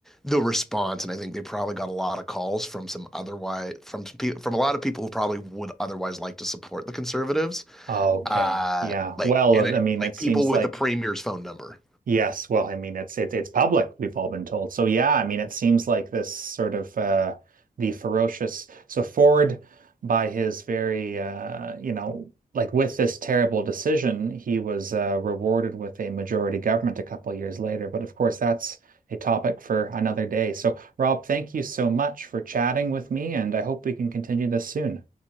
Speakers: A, in the centre; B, on the right.
A: the response, and I think they probably got a lot of calls from some otherwise from some people from a lot of people who probably would otherwise like to support the conservatives.
B: Oh, Okay.
A: Uh,
B: Yeah.
A: like
B: Well,
A: and it,
B: I mean,
A: like
B: it seems
A: people with
B: like
A: the premier's phone number.
B: yes. Well, I mean, it's it's it's public. We've all been told. So yeah, I mean, it seems like this sort of uh, the ferocious. So Ford, by his very, uh, you know, like with this terrible decision, he was uh, rewarded with a majority government a couple years later. But of course, that's a topic for another day. So Rob, thank you so much for chatting with me, and I hope we can continue this soon.